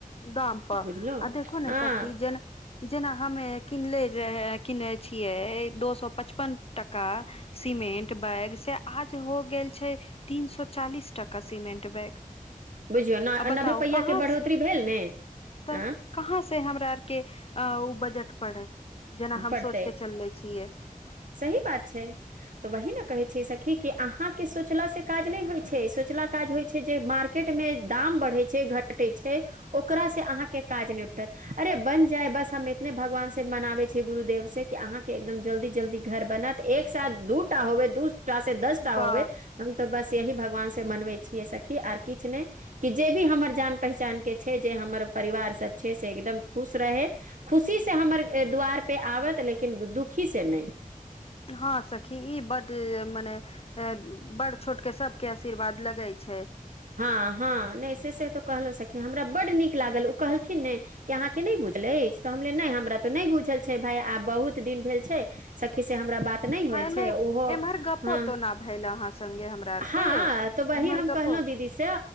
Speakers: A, on the left; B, on the right.
A: गांम पर
B: बुझलहुँ
A: देखु ने
B: हँ
A: सखी जेना हमे किनले रहे किनने छियै दो सए पचपन टाका सिमेंट बैग से आज हो गेल छै तीन सो चालीस टाका सीमेंट बैग
B: बुझियौ न
A: आ बताउ
B: नबै रुपैआ
A: कहाँ
B: के बढ़ोतरी
A: से
B: भेल ने
A: तऽ
B: आ
A: कहाँ से हमरा आरके अ ओ बजट पड़त जेना हम
B: पड़तै
A: सोच के चलले छियै
B: सही बात छै तऽ वहि ने कहै छै सखी कि अहाँ के सोचला से काज नहि होई छै सोचला काज होई छै जे मार मार्केट मे दाम बढ़े छै घटे छै ओकरा से अहाँ के काज निपटत अरे बन जाय बस हम एतने भगवान से मनाबे छीए गुरुदेव से कि अहाँ के एकदम जल्दी जल्दी घर बनत एक साथ दू टा होबै दू एक्टा से दस टा होबे
A: वाह
B: हम तऽ बस यही भगवान से मनबै छियै सखी आर किछु नहि कि जे भी हमर जान पहचान के छै जे हमर परिवार सब छै से एकदम खुश रहै खुशीसँ हमर द्वारपे आबत लेकिन दुखी सँ नहि
A: हँ सखी ई बड मने से बड़ छोट के सब के आशीर्वाद लगै छै
B: हाँ हाँ नहि से से तो कहलो सखी हमरा बड्ड नीक लागल ओ कहलखिन नै कि अहाँके नहि बुझल अछि तऽ हमले नहि हमरा तऽ नहि बुझल छै भाय आब बहुत दिन भेल छै सखी से हमरा बात नहि हो
A: ह
B: छै
A: ने
B: ओहो
A: एम्हर गपो
B: ह
A: तो न भेल अहाँ संगे हमरा आर
B: हँ
A: के
B: तऽ वही
A: एम्हर
B: हम
A: गपो
B: कहलहुँ दीदी दी से